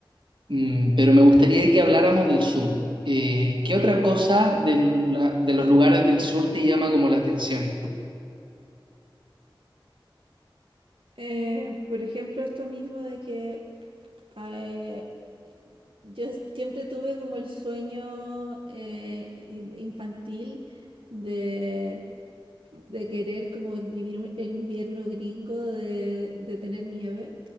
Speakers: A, on the right; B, on the right.
A: Mm, pero me gustaría que habláramos del sur. Eh, ¿qué otra cosa de, la- de los lugares del sur te llama como la atención?
B: Eh, por ejemplo, esto mismo de que eh, yo siempre tuve como el sueño eh, in- infantil de, de querer como vivir un- el invierno gringo de, de tener nieve.